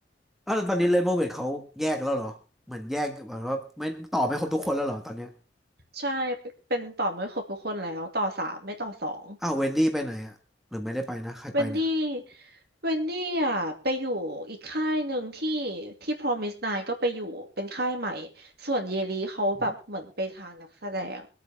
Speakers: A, in the centre; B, on the right.
A: อ้าวแล้วตอนนี้เรนโบว์เวทเขาแยกแล้วเหรอเหมือนแยกเหมือนว่าไม่ต่อไม่ครบทุกคนแล้วเหรอตอนเนี้ย
B: ใช่เป็นต่อไม่ครบทุกคนแล้วต่อสามไม่ต่อสอง
A: อ้าวเวนดี้ไปไหนอะหรือไม่ได้ไปนะใครไปเนี่ย
B: เวนดี้เวนดี้อ่ะไปอยู่อีกค่ายหนึ่งที่ที่ Promise n น n ก็ไปอยู่เป็นค่ายใหม่ ส่วนเยลีเขาแบบเหมือนไปทางนักแสดง
A: อืม